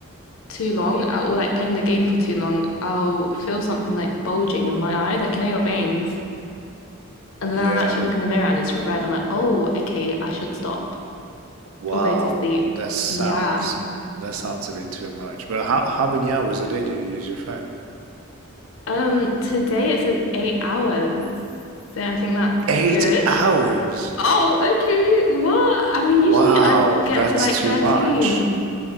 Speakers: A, on the left; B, on the right.
A: too long uh, or like playing the game for too long, I'll feel something like bulging in my eye, like you know your veins. And
B: Yeah.
A: then I actually look in the mirror and it's red. I'm like, oh, okay, I should stop
B: Wow.
A: or go to sleep.
B: That sounds
A: Yeah.
B: that sounds a bit too much. But how how many hours a day do you use your phone?
A: Um, today it says eight hours, so I think that's
B: Eight
A: good.
B: hours?
A: Oh, okay. What? I mean, usually
B: Wow,
A: I get
B: that's
A: to like
B: too
A: 13.
B: much.